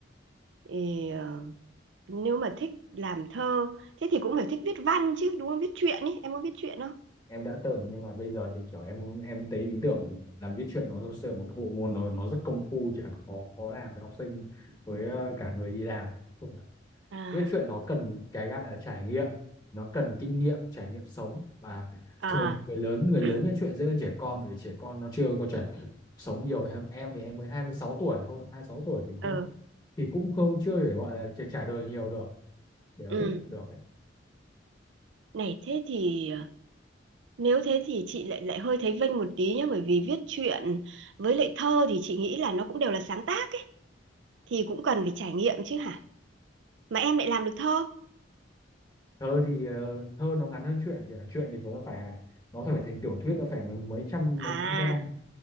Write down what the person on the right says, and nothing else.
thì ờ, nếu mà thích làm thơ thế thì cũng phải thích viết văn chứ đúng không viết truyện ý em có viết truyện không
à
à
<clears throat>
ờ
ừ
này thế thì ờ, nếu thế thì chị lại lại hơi thấy vênh một tí nhá bởi vì viết truyện với lại thơ thì chị nghĩ là nó cũng đều là sáng tác ấy thì cũng cần phải trải nghiệm chứ hả mà em lại làm được thơ
à